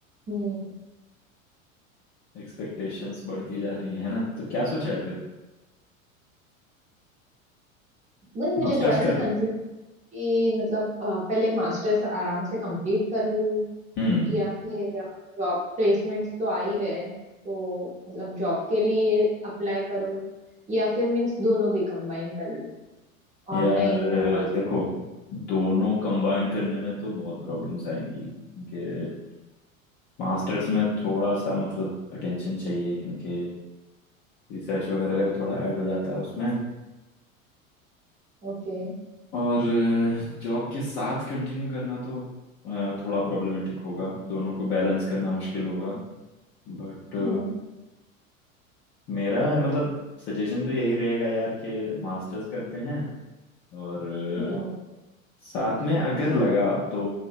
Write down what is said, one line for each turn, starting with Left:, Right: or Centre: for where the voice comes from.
Right: हम्म
Left: एक्सपेक्टेशंस बढ़ती जा रही है ना तो क्या सोचा है फिर
Right: वही मुझे
Left: मास्टर्स
Right: थोड़ा सी
Left: कर
Right: कंफ्यूजन कि मतलब अ, पहले मास्टर्स आराम से कंप्लीट कर लूँ
Left: हम्म
Right: या फिर जॉब प्लेसमेंट्स तो आ ही रहे तो मतलब जॉब के लिए अप्लाई करूँ या फिर मीन्स दोनों भी कंबाइन कर लूँ
Left: यार
Right: online master
Left: अ, देखो दोनों कंबाइन करने में तो बहुत प्रॉब्लम्स आएंगी क्योंकि मास्टर्स में थोड़ा सा मतलब अटेंशन चाहिए क्योंकि रिसर्च वगैरह का भी थोड़ा ऐड हो जाता है उसमें
Right: Okay
Left: और जॉब के साथ कंटिन्यू करना तो अ, थोड़ा प्रॉब्लमेटिक होगा दोनों को बैलेंस करना मुश्किल होगा बट
Right: Hmm
Left: मेरा मतलब सजेशन तो यही रहेगा यार कि मास्टर्स करते हैं और अ,
Right: Hmm
Left: साथ में अगर लगा तो